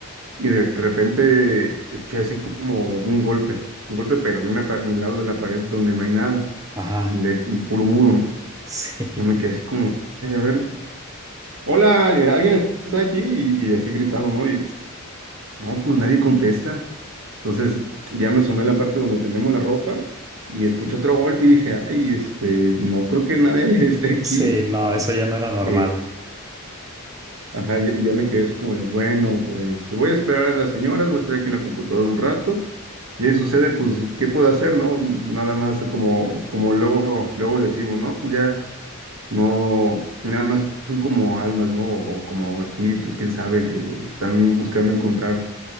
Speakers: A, on the right; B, on the right.
A: y de repente escuché así como un golpe, un golpe pero de una par- de un lado de la pared donde no hay nada.
B: ajá,
A: Y de ahí, un puro muro. ¿no?
B: <laughs> sí,
A: Yo me quedé así como, "Ay, a ver, hola, eh, alguien está aquí y, y así gritando, ¿no? Y no, pues nadie contesta. Entonces ya me asomé a la parte donde tenemos la ropa y escuché otro golpe y dije, ay, este, no creo que nadie <laughs> esté aquí.
B: sí, no, eso ya no era normal.
A: Eh, ajá, y, y ya me quedé así como, de, bueno, pues voy a esperar a las señoras, voy a estar aquí en la computadora un rato. Y ahí sucede, pues, ¿qué puedo hacer, no? Nada más como, como luego, luego decimos, ¿no? Pues ya. No, nada más son como almas, ¿no? O como espíritus, quién sabe, que están buscando encontrar